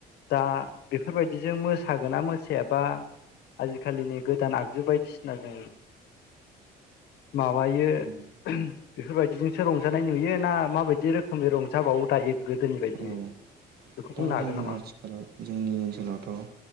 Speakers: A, on the left (about 75°); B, on the right (about 65°).
A: दा बेफोरबायदिजों मोसागोना मोसायाबा आजिखालिनि गोदान आगजु बायदिसिनाजों माबायो
B: उम,
A: बेफोरबायदिजोंसो रंजानाय नुयो ना माबायदि रोखोमनि रंजाबावो दायो गोदोनि बायदि
B: औ
A: बेखौ
B: दा
A: बुंनो हागोन
B: जोंनि
A: नामा
B: आथिखालाव जोंनि ओनसोलावथ'